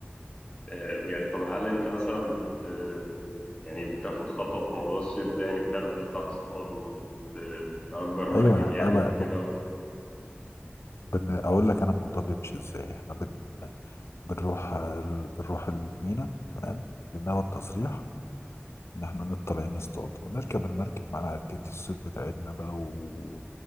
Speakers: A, on the left; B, on the left.
A: آه، بي- طب هل انت مثلا بت آه، يعني بتاخد خطوة في موضوع الصيد ده يعني فعلا بتطلع تصطاد وتأجر مركب
B: ايوه يعني
A: يعني
B: أبقى-
A: وكده
B: أبقى- بن- اقول لك انا الموضوع بيمشي ازاي احنا بن... بنروح ال- بنروح المينا تمام بناخد تصريح ان احنا نط- طالعين نصطاد ونركب المركب معانا عدة الصيد بتاعتنا بقى و...